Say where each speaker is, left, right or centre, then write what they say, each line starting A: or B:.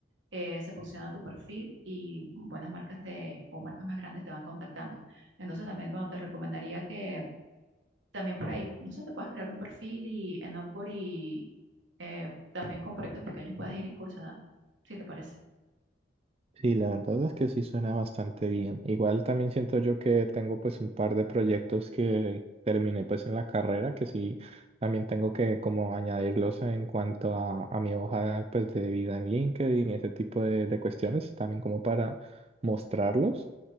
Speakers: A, on the right; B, on the right.
A: eh, se posiciona tu perfil y buenas marcas te, o marcas más grandes te van contactando. Entonces también, bueno, te recomendaría que, también por ahí, no sé, te puedes crear un perfil y en Upwork y eh, también con proyectos pequeños puedes ir incursionando, si te parece.
B: Sí, la verdad es que sí suena bastante bien. Igual también siento yo que tengo pues un par de proyectos que terminé pues en la carrera que sí también tengo que como añadirlos en cuanto a, a mi hoja pues de vida en LinkedIn y ese tipo de, de cuestiones también como para mostrarlos